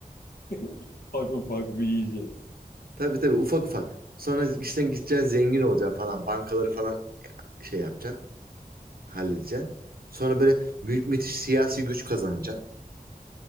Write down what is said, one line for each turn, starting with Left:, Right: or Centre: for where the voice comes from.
Left: <laughs> Ufak ufak büyüyeceğiz.
Right: Tabii tabii ufak ufak. Sonra işten gideceksin zengin olacaksın falan. Bankaları falan şey yapacaksın. Halledeceksin. Sonra böyle mü- müthiş siyasi güç kazanacaksın.